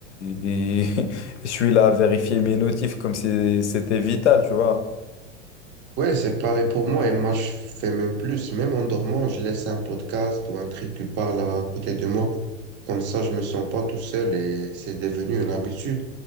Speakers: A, on the left; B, on the right.
A: et <laughs> je suis là à vérifier mes notifs comme si c'était vital, tu vois.
B: Ouais, c'est pareil pour moi. Et moi, je fais même plus. Même en dormant, je laisse un podcast ou un truc qui parle à côté de moi. Comme ça, je me sens pas tout seul et c'est devenu une habitude.